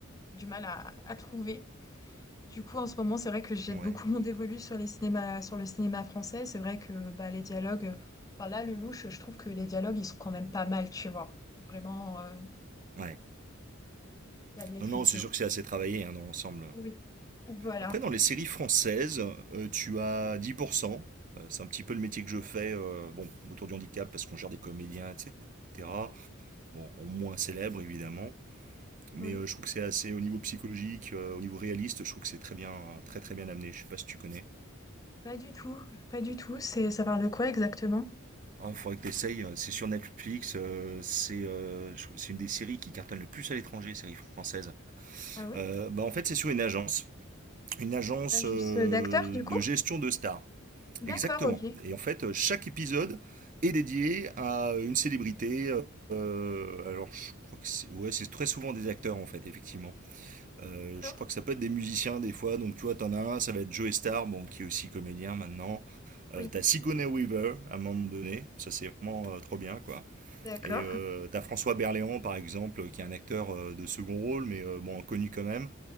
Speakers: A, on the left; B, on the right.
A: du mal à, à trouver. Du coup, en ce moment, c'est vrai que jette
B: Ouais.
A: beaucoup mon dévolu sur les cinémas, sur le cinéma français. C'est vrai que bah, les dialogues, enfin là, le louche, je trouve que les dialogues, ils sont quand même pas mal, tu vois. Vraiment. euh,
B: Ouais.
A: il y a de l'écriture.
B: Non, non, c'est sûr que c'est assez travaillé hein, dans l'ensemble.
A: Oui. Voilà.
B: Après, dans les séries françaises, euh, tu as 10%. Euh, c'est un petit peu le métier que je fais, euh, bon, autour du handicap, parce qu'on gère des comédiens, etc. Bon, moins célèbre évidemment. Mais
A: Oui.
B: euh, je trouve que c'est assez au niveau psychologique, euh, au niveau réaliste, je trouve que c'est très bien, très très bien amené. Je sais pas si tu connais.
A: Pas du tout. Pas du tout. C'est, ça parle de quoi exactement?
B: Il faudrait que tu essayes. C'est sur Netflix. euh, c'est euh, c'est une des séries qui cartonne le plus à l'étranger, série française.
A: Ah oui?
B: Euh, bah, en fait, c'est sur une agence. Une agence
A: L'agence
B: euh,
A: d'acteurs, du
B: de
A: coup?
B: gestion de stars.
A: D'accord,
B: Exactement.
A: ok.
B: Et en fait, euh, chaque épisode est dédié à une célébrité. euh, alors, je crois que c'est ouais, c'est très souvent des acteurs, en fait, effectivement. Euh,
A: D'accord.
B: je crois que ça peut être des musiciens des fois. Donc tu vois, t'en as un, ça va être Joe Star, bon, qui est aussi comédien maintenant. Euh,
A: Oui.
B: t'as Sigourney Weaver à un moment donné, ça c'est vraiment euh, trop bien quoi.
A: D'accord.
B: Et euh, t'as François Berléand par exemple, qui est un acteur euh, de second rôle, mais euh, bon connu quand même.